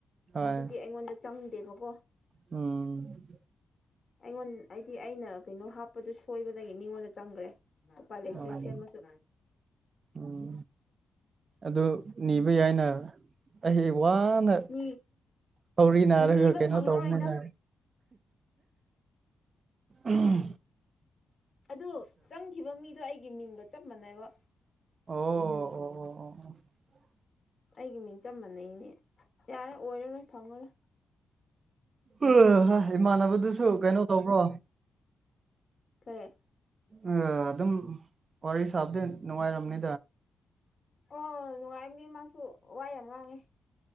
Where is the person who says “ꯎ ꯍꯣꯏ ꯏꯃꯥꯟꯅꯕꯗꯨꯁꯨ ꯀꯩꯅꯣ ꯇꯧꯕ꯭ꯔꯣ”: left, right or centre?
Right